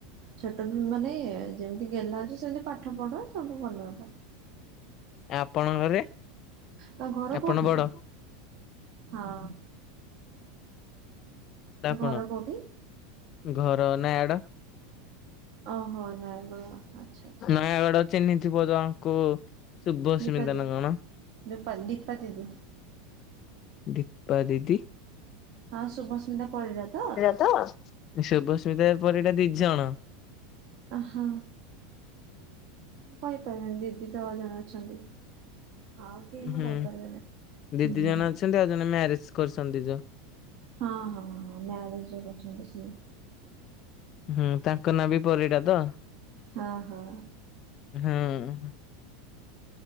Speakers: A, on the right; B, on the left.
A: ଛୋଟ ମାନେ ଯେମିତି ଗେଲ୍ହା ଯେ ସେମିତି। ପାଠ ପଢ଼ ସବୁ ଭଲ ହେବ।
B: ଆପଣଙ୍କ ଘରେ?
A: ତମ ଘର
B: ଆପଣ
A: କୋଉଠି?
B: ବଡ
A: ହଁ।
B: ପଣ
A: ଘର କୋଉଠି
B: ଘର ନୟାଗଡ।
A: ଓହୋ। ନାଇଁ ର ଆଚ୍ଛା ଆଚ୍ଛା।
B: ନୟାଗଡ଼ ଚିହ୍ନିଥିବ ଜଣଙ୍କୁ ଶୁଭସ୍ମିତା
A: ଦୀପା ଦିଦି
B: ନାଁ କଣ?
A: ଦୀପା ଦୀପା ଦିଦି
B: ଦୀପା ଦିଦି
A: ହଁ ଶୁଭସ୍ମିତା ପରିଡ଼ା ତ
B: ଏଇଆ ତ, ଶୁଭସ୍ମିତା ପରିଡା ଦି ଜଣ
A: ଆହା, ମୁଁ କହିପାରିବିନି ଦିଦି ତ ଜଣେ ଅଛନ୍ତି। ଆଉ କିଏ ମୁଁ
B: ହୁଁ
A: କହିପାରିବିନି।
B: ଦି
A: ହୁଁ।
B: ଦି ଜଣ ଅଛନ୍ତି ଆଉ ଜଣେ ମ୍ୟାରେଜ କରିଛନ୍ତି ଯୋଉ
A: ହଁ ହଁ ହଁ, ମ୍ୟାରେଜ ଯିଏ କରିଛନ୍ତି ସିଏ।
B: ହୁଁ ତାଙ୍କ ନାଁ ବି ପରିଡ଼ା ତ।
A: ହଁ ହଁ।
B: ହୁଁ।